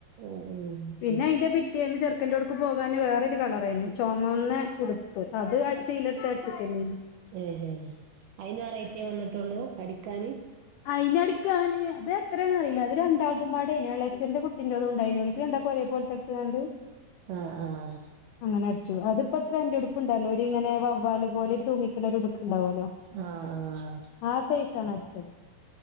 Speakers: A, on the right (about 80°); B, on the left (about 85°).
A: ആഹ് ആഹ്
B: പിന്നെ
A: ശരി
B: അതിന്റെ പിറ്റേന്ന് ചെ ചക്കറടുക്ക് പോകാെ വേറൊരു കളർ ആയിരുന്നു ചുമന്ന ഉടുപ്പ് അത് സീൽ എടുത്ത് അടച്ചക്കും
A: ഏ ഹ അയിന് അറിയത്തേ വന്നിട്ടുള്ളൂ അടിക്കാാന്
B: അയിനടിക്കാന് അത് എത്രേന്ന് അറിയില്ല അത് രണ്ടാമത്തും പാടേനെളച്ഛന്റെ കുട്ട അുംണ്ടോിണ്ടാക്കോ ഒരേ പോലത്തൊണ്ട്
A: ആഹ ആഹ
B: അങ്ങ അടു അത്പ്പോ അത്ര എന്റെടുപ്പ്ണ്ടല്ലോ ഒരു ഇങ്ങനെ വവ്ല് പോല തൂങ്ങിക്കണരു ഉടുപ്പ ഉണ്ടാവല്ലോ
A: ആഹ് ആഹ്
B: ആ സൈസ ആണ് അടിച്ചത്